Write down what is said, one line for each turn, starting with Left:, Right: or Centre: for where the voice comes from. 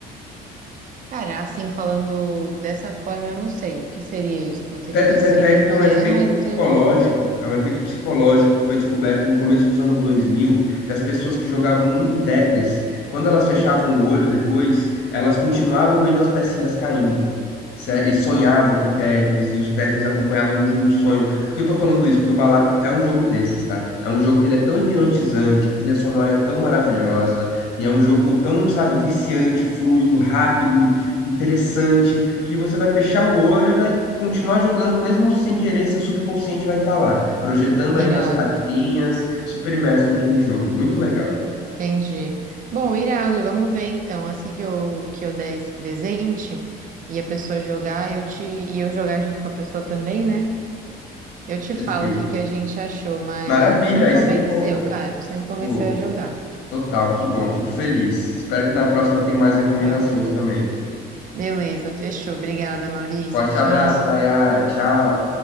Right: Cara, assim, falando dessa forma, eu não sei o que seria isso. Pode ser
Left: O Tetris
Right: que eu já sei
Left: Effect
Right: o que
Left: é um efeito
Right: é, mas
Left: psicológico,
Right: não sei o nome.
Left: é um efeito psicológico que foi descoberto no começo dos anos 2000, que as pessoas que jogavam muito Tetris, quando elas fechavam o olho depois, elas continuavam vendo as pecinhas caindo. Sé- E sonhavam com o Tetris, e os Tetris acompanhavam no, no sonho. Por que eu tô falando isso? Porque o Balatro é um jogo desses, tá? É um jogo que ele é tão hipnotizante, a trilha sonora é tão maravilhosa, e é um jogo tão, sabe, viciante, fluido, rápido, interessante, que você vai fechar o olho e vai continuar jogando, mesmo sem querer, seu subconsciente vai estar lá, projetando ainda
Right: Irado,
Left: as cartinhas, super imerso naquele jogo. Muito legal.
Right: entendi. Bom, irado, vamos ver então. Assim que eu, que eu der esse presente e a pessoa jogar, eu te, e eu jogar junto com a pessoa também, né? Eu te
Left: Perfeito.
Right: falo o que que a gente achou, mas
Left: Maravilha,
Right: você me
Left: aí
Right: convenceu,
Left: você me conta.
Right: cara. Você me convenceu
Left: Pô,
Right: a jogar.
Left: Total, que bom, fico feliz. Espero que na próxima tenha mais recomendações
Right: Da hora.
Left: também.
Right: Beleza, fechou. Obrigada, Maurício.
Left: Forte
Right: Tchau.
Left: abraço, Nayara. Tchau.